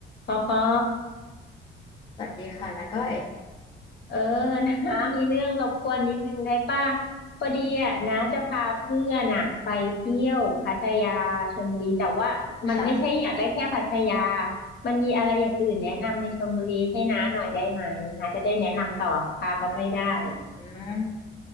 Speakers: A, on the left; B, on the left.
A: ปอปอ
B: สวัสดีค่ะนาก้อย
A: เออ <laughs> นะมีเรื่องรบกวนนิดนึงได้ป่ะพอดีอ่ะนะจะพาเพื่อนอ่ะไปเที่ยวพัทยาชลบุรีแต่ว่ามันไม่ใช่อยากได้แค่พัทยา
B: ค่ะ
A: มันมีอะไรอย่างอื่นแนะนำในชลบุรีให้น้าหน่อยได้ไหมนาจะได้แนะนำต่อพาเขาไปได้อ่ะ
B: อืม